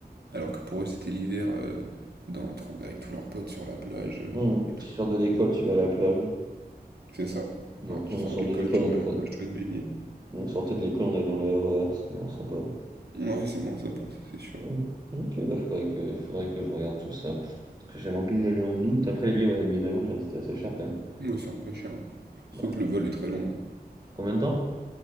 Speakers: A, on the right; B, on the right.
A: alors que pour eux, c'était l'hiver, euh, dans, en train- avec tous leurs potes sur la plage euh,
B: Mm.
A: et tout.
B: Tu sors de
A: Incroyable.
B: l'école, tu vas à la plage.
A: C'est ça.
B: Alors
A: Ouais,
B: que
A: tu
B: nous,
A: sors
B: on sort
A: de l'école,
B: de l'école,
A: tu
B: on
A: vas
B: pro...
A: à la plage, tu vas te baigner.
B: nous, on sortait de l'école, on est dans le RER, ce qui est moins sympa.
A: Ouais, c'est moins sympa, ça, c'est sûr.
B: Mm. Ok, bah faudrait que, faudrait que je regarde tout ça. Parce que j'aimerais bien y aller en août. Après les billets, ouais, les billets d'avion, tu m'as dit que c'était assez cher quand même.
A: Oui, c'est un peu cher. hein. Surtout
B: Ouais.
A: que le vol est très long. hein.
B: Combien de temps?